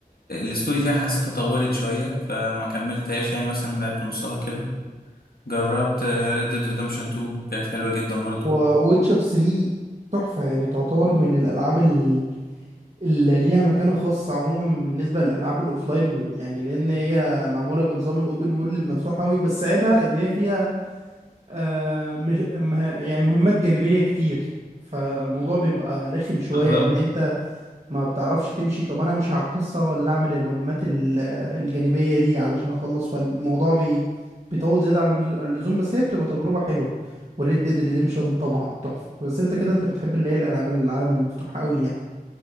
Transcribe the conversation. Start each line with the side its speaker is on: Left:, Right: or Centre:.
Left: الستوري فيها حسيتها طولت شوية فما كملتهاش يعني مثلا لعبت نصها كده جربت ريد ديد ريدمشن 2 كانت حلوة جدا برضو
Right: وويتشر 3 تحفة يعني تعتبر من الألعاب ال- اللي ليها مكانة خاصة عموما بالنسبة للألعاب الأوفلاين من يعني لأن هي معمولة بنظام الأوبن وورلد مفتوح أوي بس عيبها إن هي فيها آه مش مه- يعني مهمات جانبية كتير فالموضوع بيبقى رخم شوية
Left: بالظبط
Right: إن أنت ما بتعرفش تمشي طب انا امشي على القصة ولا اعمل المهمات ال- الجانبية دي علشان اخلص فالموضوع بي بيطول زيادة عن اللزوم بس هي بتبقى تجربة حلوة وريد ديد ريديمشن طبعا تحفة بس انت كده انت بتحب اللي هي الالعاب العالم المفتوح قوي يعني